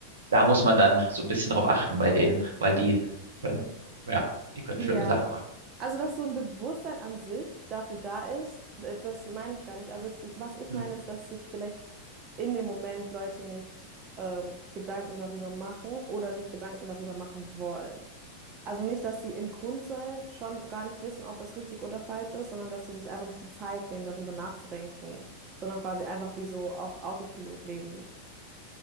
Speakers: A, on the right; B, on the right.
A: da muss man dann so ein bisschen drauf achten bei denen, weil die können, ja, die können
B: Ja,
A: schlimme Sachen machen.
B: also dass so ein Bewusstsein an sich dafür da ist, d- das meine ich gar nicht. Also ich, was ich
A: Hm.
B: meine ist, dass sich vielleicht in dem Moment Leute nicht ähm, Gedanken darüber machen oder nicht Gedanken darüber machen wollen. Also nicht, dass sie im Grundsein schon gar nicht wissen, ob es richtig oder falsch ist, sondern dass sie sich einfach nicht die Zeit nehmen, darüber nachzudenken, sondern quasi einfach wie so auf Autopilot leben.